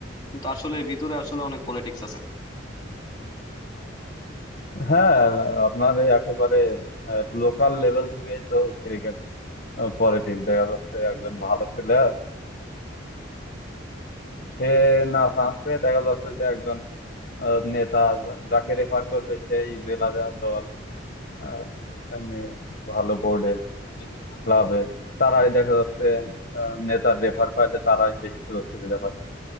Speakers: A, on the left (about 20°); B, on the left (about 45°).
A: কিন্তু আসলে ভিতরে আসলে অনেক পলিটিক্স আছে
B: হ্যাঁ আপনার এই একেবারে লোকাল লেভেল থেকে তো ক্রিকেট আহ পরে ঠিক দেখা যাচ্ছে একজন ভালো প্লেয়ার সে না চান্স পেয়ে দেখা যাচ্ছে যে একজন আহ, নেতা যা- যাকে রেফার করবে সেই জেলা যা দল আহ, এমনি ভালো বোর্ডে ক্লাবে তারাই দেখা যাচ্ছে আহ, নেতার রেফার পাইলে তারাই বেশি সুযোগ সুবিধা পায়